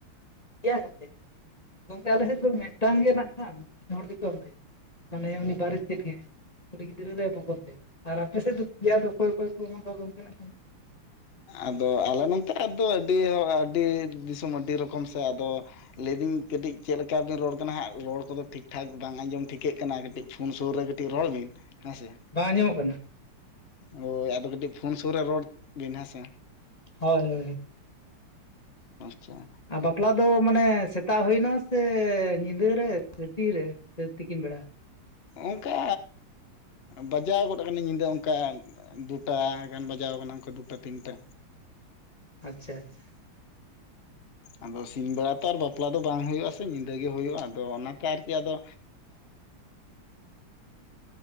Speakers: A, on the left; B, on the left.
A: ᱯᱮᱭᱟ ᱠᱟᱛᱮᱫ ᱜᱚᱝᱠᱮ ᱟᱞᱮ ᱥᱮᱫ ᱫᱚ ᱢᱤᱫᱴᱟᱝ ᱜᱮ ᱱᱟᱜᱷ ᱠᱷᱟᱱ ᱢᱤᱫ ᱨᱚᱠᱚᱢ ᱜᱮ ᱢᱟᱱᱮ ᱩᱱᱤ ᱵᱟᱨᱮᱛ ᱛᱮᱫ ᱜᱮ ᱩᱱᱤ ᱜᱤᱫᱽᱨᱟᱹ ᱨᱮ ᱵᱚᱠᱚᱫ ᱛᱮᱫ ᱟᱨ ᱟᱯᱮ ᱥᱮᱫ ᱫᱚ ᱯᱮᱭᱟ ᱫᱚ ᱚᱠᱚᱭ ᱚᱠᱚᱭ? ᱜᱚᱢᱦᱟ ᱫᱚ ᱟᱫᱚ ᱚᱱᱠᱟ ᱱᱟᱜ ᱠᱟᱱᱟ ᱾
B: ᱟᱫᱚ ᱟᱞᱮ ᱱᱚᱛᱮ ᱟᱫᱚ ᱟᱹᱰᱤ ᱦᱚᱲ ᱟᱹᱰᱤ ᱫᱤᱥᱚᱢ ᱟᱹᱰᱤ ᱨᱚᱠᱚᱢ ᱥᱮ ᱟᱫᱚ ᱞᱟᱹᱭᱫᱟᱹᱧ ᱠᱟᱹᱴᱤᱡ ᱪᱮᱫ ᱞᱮᱠᱟᱵᱤᱱ ᱨᱚᱲ ᱠᱟᱱᱟ ᱦᱟᱸᱜ ᱨᱚᱲ ᱠᱚᱫᱚ ᱴᱷᱤᱠ ᱴᱷᱟᱠ ᱵᱟᱝ ᱟᱸᱡᱚᱢ ᱴᱷᱤᱠᱟᱹᱜ ᱠᱟᱱᱟ ᱠᱟᱹᱴᱤᱡ ᱯᱷᱳᱱ ᱥᱩᱨ ᱨᱮ ᱠᱟᱹᱴᱤᱡ ᱨᱚᱲ ᱵᱤᱱ ᱦᱮᱸᱥᱮ᱾
A: ᱵᱟᱝ ᱟᱸᱡᱚᱢᱚᱜ ᱠᱟᱱᱟ?
B: ᱦᱳᱭ ᱟᱫᱚ ᱠᱟᱹᱴᱤᱡ ᱯᱷᱳᱱ ᱥᱩᱨ ᱨᱮ ᱨᱚᱲ ᱵᱤᱱ ᱦᱮᱸᱥᱮ
A: ᱦᱳᱭ ᱦᱳᱭ ᱦᱳᱭ
B: ᱟᱪᱪᱷᱟ
A: ᱟᱨ ᱵᱟᱯᱞᱟ ᱫᱚ ᱢᱟᱱᱮ ᱥᱮᱛᱟᱜ ᱦᱩᱭᱱᱟ ᱥᱮ ᱧᱤᱫᱟᱹ ᱨᱮ ᱥᱮ ᱛᱤᱨᱮ? ᱥᱮ ᱛᱤᱠᱤᱱ ᱵᱮᱲᱟ
B: ᱚᱱᱠᱟ ᱵᱟᱡᱟᱣ ᱜᱚᱫ ᱟᱠᱟᱱᱟᱹᱧ ᱧᱤᱫᱟᱹ ᱚᱱᱠᱟ ᱫᱩᱴᱟ ᱜᱟᱱ ᱵᱟᱡᱟᱣ ᱠᱟᱱᱟ ᱚᱱᱠᱟ ᱫᱩᱴᱟ ᱛᱤᱱᱴᱟ᱾
A: ᱟᱪᱪᱷᱟ ᱟᱪᱪᱷᱟ
B: ᱟᱫᱚ ᱥᱤᱧ ᱵᱮᱲᱟ ᱛᱚ ᱵᱟᱯᱞᱟ ᱫᱚ ᱵᱟᱝ ᱦᱩᱭᱩᱜᱼᱟ ᱥᱮ ᱧᱤᱫᱟᱹ ᱜᱮ ᱦᱩᱭᱩᱜᱼᱟ ᱟᱫᱚ ᱚᱱᱟᱛᱮ ᱟᱨᱠᱤ ᱟᱫᱚ